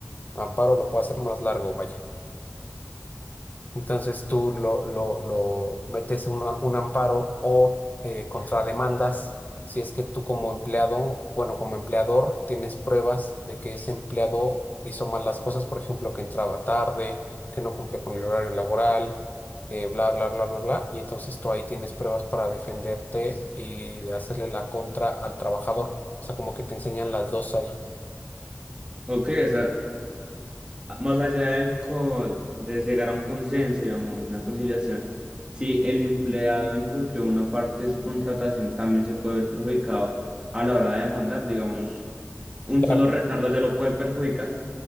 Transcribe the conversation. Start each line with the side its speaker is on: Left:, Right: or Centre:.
Left: amparo lo puede hacer más largo, vaya. Entonces tú lo, lo, lo metes una- un amparo o eh, contrademandas si es que tú como empleado, bueno, como empleador tienes pruebas de que ese empleado hizo mal las cosas, por ejemplo, que entraba tarde, que no cumplía con el horario laboral, eh, bla, bla, bla, bla, bla. Y entonces tú ahí tienes pruebas para defenderte y de hacerle la contra al trabajador. O sea, como que te enseñan las dos ahí.
Right: Ok, o sea, Más allá del co- de llegar a un consenso, digamos, una conciliación, si el empleado incumplió una parte de su contratación, también se puede ver perjudicado a la hora de demandar, digamos, un
Left: Claro.
Right: solo retardo ya lo puede perjudicar,